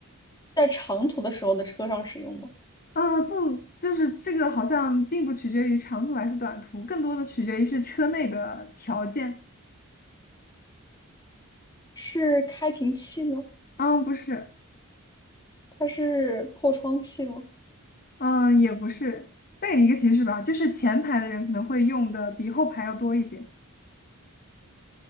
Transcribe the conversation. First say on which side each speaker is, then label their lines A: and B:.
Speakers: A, on the left; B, on the left.
A: 在长途的时候的车上使用吗？
B: 啊，不，就是这个好像并不取决于长途还是短途，更多的取决于是车内的条件。
A: 是开瓶器吗？
B: 嗯，不是。
A: 它是破窗器吗？
B: 嗯，也不是。再给你一个提示吧，就是前排的人可能会用的比后排要多一些。